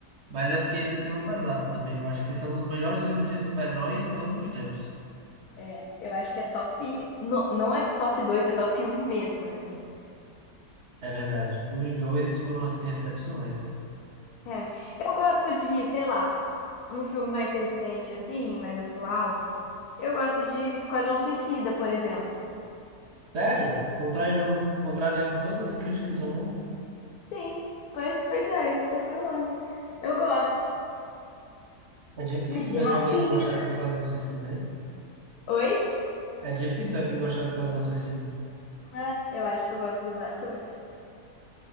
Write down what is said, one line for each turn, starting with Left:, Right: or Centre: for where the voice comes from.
Right: mas é porque você pegou pesado também. Eu acho que são os melhores filmes de super-herói em todos os tempos.
Left: É, eu acho que é top. Não, não é top dois é top um mesmo, assim.
Right: É verdade. Os dois foram, assim, excepcionais.
Left: É, eu gosto de, sei lá, um filme mais recente, assim, mais atual. Eu gosto de Esquadrão Suicida, por exemplo.
Right: Sério? Contrariando, contrariando todas as críticas do mundo?
Left: Sim, pois, pois é, é isso que eu tô falando. Eu gosto
Right: É difícil
Left: de
Right: mesmo
Left: rapina.
Right: alguém gostar de Esquadrão Suicida, hein?
Left: Oi?
Right: É difícil alguém gostar de Esquadrão Suicida.
Left: Não é? Eu acho que eu gosto dos atores.